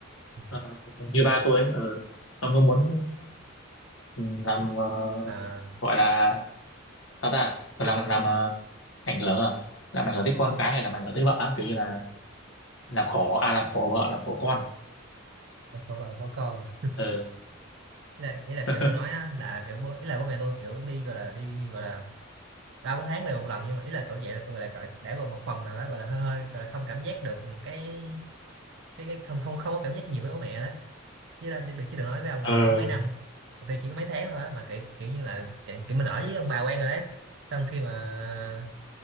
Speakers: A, on the right; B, on the left.
A: Ừ.
B: ờ, như ba tôi ấy ờ, không có muốn ừ, làm ờ,
A: à,
B: gọi là sao ta Gọi làm làm ờ, ảnh hưởng à làm ảnh hưởng tới con cái hay làm ảnh hưởng tới vợ á, kiểu như là làm khổ à làm khổ vợ làm khổ con
A: có vợ có con ý
B: ờ
A: là, ý là
B: <laughs>
A: kiểu tôi nói á, là kiểu bố ý là bố mẹ tôi kiểu đi gọi là đi gọi là ba bốn tháng về một lần nhưng mà ý là cỡ vậy là tôi lại cỡ đã gọi một phần nào đó gọi là hơi hơi gọi là không cảm giác được cái cái cái không không không có cảm giác nhiều với bố mẹ đó chứ là được chứ đừng nói với ông
B: ờ
A: là kiểu mấy năm Tụi tôi chỉ có mấy tháng thôi á, mà kiểu kiểu như là kiểu, kiểu mình ở với ông bà quen rồi đấy xong khi mà